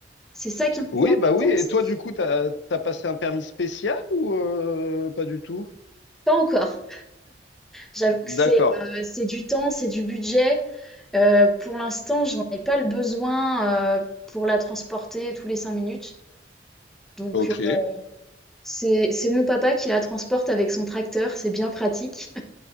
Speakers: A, in the centre; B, on the left.
A: C'est ça qui est un peu
B: Oui, bah oui.
A: embêtant,
B: Et
A: c'est
B: toi,
A: qu'il
B: du coup, t'as, t'as passé un permis spécial ou euh, pas du tout?
A: pas encore. J'avoue que
B: D'accord.
A: c'est, heu, c'est du temps, c'est du budget. Heu, pour l'instant, j'en ai pas le besoin, heu, pour la transporter tous les 5 minutes. Donc
B: Ok.
A: heu, c'est c'est mon papa qui la transporte avec son tracteur, c'est bien pratique.